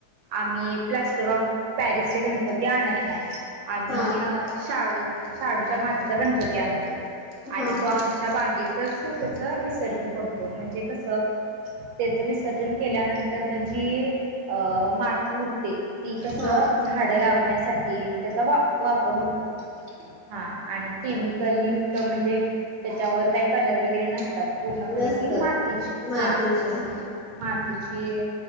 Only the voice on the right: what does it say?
आम्ही प्लस्टर ऑफ पॅरिस चे गणपती आणत नाही. आम्ही
शाडू शाडूच्या मातीचा गणपती आणतो. आणि
तो
आमच्या बागेतच त्याच विसर्जन करतो. म्हणजे कस त्याच विसर्जन केल्यानंतर जी माती उरते ती कस
झाड लावण्यासाठी त्याचा वा वापर होतो हा आणि केमिकल युक्त म्हणजे त्याच्यावर काही कलर वगैरे नसतात. प
ती मातीची
हा
माती ची